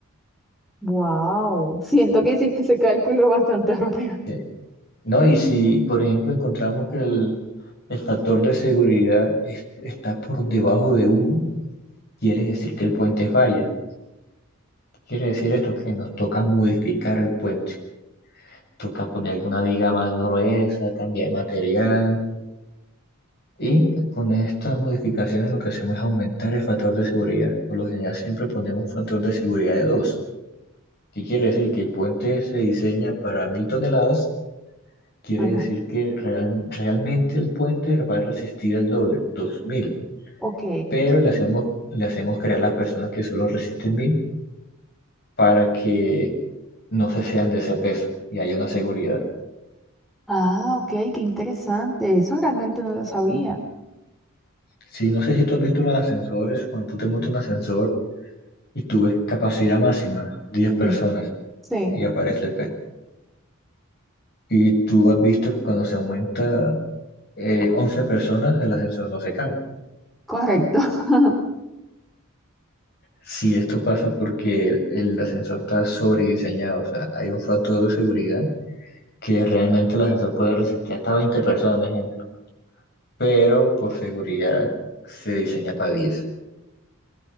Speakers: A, in the centre; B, on the left.
A: Wow. Siento que hiciste ese cálculo bastante <laughs> rápido.
B: ¿sí? ¿No? Y si, por ejemplo, encontramos que el, el factor de seguridad es- está por debajo de uno quiere decir que el puente falla. ¿Qué quiere decir esto? Que nos toca modificar el puente. Toca poner alguna viga más gruesa, cambiar material. Y con estas modificaciones lo que hacemos es aumentar el factor de seguridad. Por lo general siempre ponemos un factor de seguridad de dos ¿Qué quiere decir? Que el puente se diseña para mil toneladas Quiere
A: Ajá.
B: decir que real- realmente el puente va a resistir el doble, 2000,
A: Ok.
B: pero le hacemos, le hacemos creer a las personas que solo resisten 1000 para que no se sean de ese peso y haya una seguridad.
A: Ah, ok, qué interesante. Eso realmente no lo sabía.
B: Sí, no sé si tú has visto los ascensores, cuando tú te montas en un ascensor y tú ves capacidad máxima, diez
A: Ujú.
B: personas,
A: Sí,
B: y aparece el peso. Y tú has visto que cuando se aumenta eh, 11 personas, el ascensor no se cae.
A: correcto. <laughs>
B: Sí, esto pasa porque el, ascensor está sobrediseñado, o sea, hay un factor de seguridad que realmente el ascensor puede resistir hasta 20 personas, por ejemplo, pero por seguridad se diseña para 10.